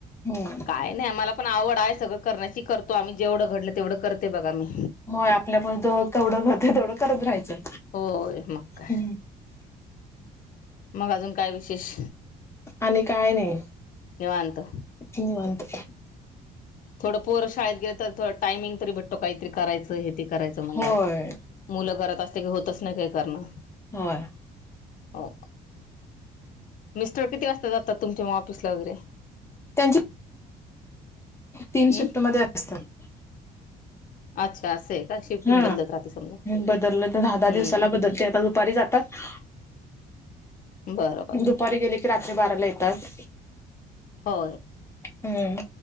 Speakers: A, on the left; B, on the left.
A: हम्म
B: काय नाही आम्हाला पण आवड आहे सगळं करण्याची करतो आम्ही जेवढं घडलं तेवढं करते बघा मी...
A: होय आपल्यामुळे जेवढ होतय तेवढं करत राहायचं.
B: होय मग काय?
A: हम्म
B: मग अजून काय विशेष
A: आणि काय नाही
B: निवांत.
A: निवांत..
B: थोडं पोर शाळेत गेलं तर थोडं टायमिंग तरी भेटतो काहीतरी करायं हे ते... करायच म्हणल्यावर
A: होय
B: मुलं घरात असते की होतच नाही काय करण...
A: होय.
B: हो.. मिस्टर किती वाजता जातात तुमच्या म ऑफिसला वगैरे...
A: त्यांची
B: हम्म
A: तीन शिफ्टमध्ये असतात.
B: अच्छा असं आहे. का शिफ्टिंग
A: हा
B: बदलत राहते समजा
A: बदललं तर दहा दहा
B: हम्म
A: दिवसाला बदलते आता दुपारी जातात.
B: बरं बर
A: दुपारी गेले की रात्री बाराला येतात.
B: हो...
A: हम्म.